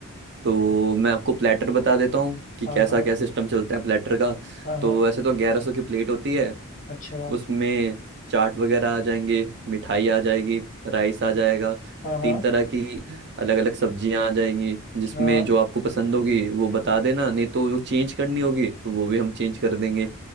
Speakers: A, on the right; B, on the left.
A: तो मैं आपको प्लेटर बता देता हूँ कि
B: हाँ
A: कैसा
B: हाँ
A: क्या सिस्टम चलता है प्लेटर का
B: हाँ हाँ
A: तो वैसे तो ग्यारह सौ की प्लेट होती है
B: अच्छा
A: उसमें चाट वगैरह आ जाएंगे मिठाई आ जाएगी राइस आ जाएगा
B: हाँ हाँ
A: तीन तरह की अलग अलग सब्जियां आ जाएंगी जिसमें
B: हाँ
A: जो आपको पसंद होगी वो बता देना नहीं तो जो चेंज करनी होगी तो वो भी हम चेंज कर देंगे